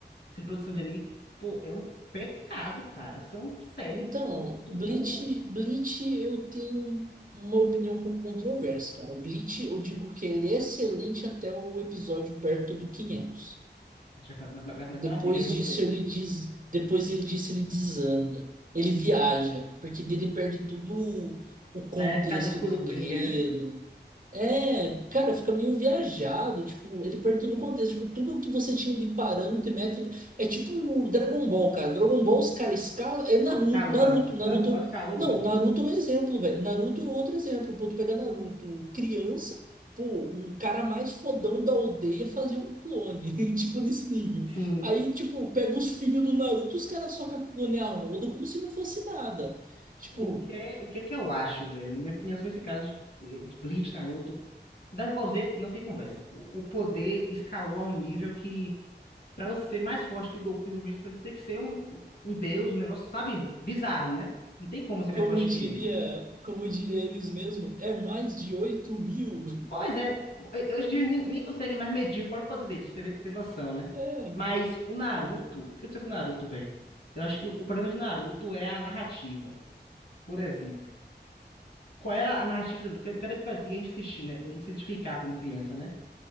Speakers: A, on the left; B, on the right.
A: sem produção de anime. Pô, é um pecado, cara. São séries
B: Então,
A: muito
B: Bleach,
A: boas.
B: Bleach eu tenho uma opinião um pouco controversa, cara. O Bleach, eu digo que ele é excelente até o episódio perto do quinhentos
A: Já vai, vai- vai começar
B: Depois
A: uma briga aí com
B: disso
A: você aqui.
B: ele diz, depois ele disse ele desanda. Ele viaja, porque dele perde tudo o contexto
A: Na época do Furubringer,
B: de enredo,
A: né?
B: é, cara, fica meio viajado, tipo, ele perde todo o contexto, tipo, tudo que você tinha de parâmetro e métrica, é tipo o Dragon Ball, cara, Dragon Ball os caras escalam, é Naruto,
A: Escalou,
B: Naruto,
A: não.
B: Naruto,
A: Dragon Ball escalou
B: não,
A: muito.
B: Naruto é um exemplo, velho, Naruto é outro exemplo, pô, tu pega Naruto, criança, pô, um cara mais fodão da aldeia fazia um clone, <laughs> tipo, nesse nível,
A: Sim.
B: aí, tipo, pega os filhos do Naruto, os caras socam clone a rodo como se não fosse nada, tipo...
A: O que é, o que é que eu acho, velho? Na minha opinião, sobre esse caso de, de Bleach, Naruto, Dragon Ball Z não tem conversa. O, o poder escalou a um nível que, pra você ser mais forte que o Goku e o Vegeta, pra você tem que ser um, um um deus, um negócio, sabe, bizarro, né? Não tem como ser
B: Como
A: mais forte
B: diria,
A: que eles.
B: como diria eles mesmos, é mais de oito mil.
A: Pois é, eu- hoje em dia nem, nem consegue mais medir o próprio poder deles, pra você ver- ter noção, né?
B: É,
A: Mas o Naruto, o que eu sei com o Naruto, velho? Eu acho que o problema de Naruto é a narrativa, por exemplo. Qual era a narrativa do que o que era que fazia a gente assistir, né? A gente se identificar como criança, né?